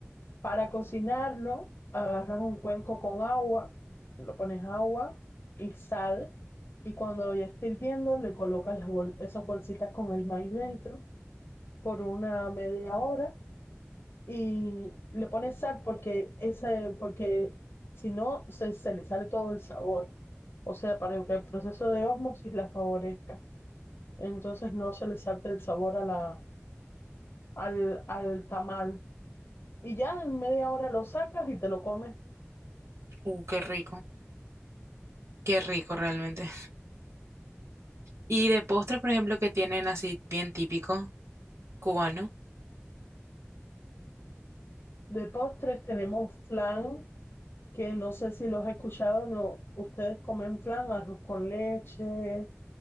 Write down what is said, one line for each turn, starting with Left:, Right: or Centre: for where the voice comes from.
Left: para cocinarlo, agarras un cuenco con agua, lo pones agua y sal. Y cuando ya esté hirviendo, le colocas las bol- esas bolsitas con el maíz dentro por una media hora y le pones sal porque ese, porque si no se, se le sale todo el sabor. O sea, para que el proceso de ósmosis la favorezca. Entonces no se le salte el sabor a la, al, al tamal. Y ya en media hora lo sacas y te lo comes.
Right: Uh, qué rico, qué rico realmente. Y de postres, por ejemplo, que tienen así bien típico cubano.
Left: De postres tenemos flan, que no sé si los he escuchado, no, ustedes comen flan, arroz con leche,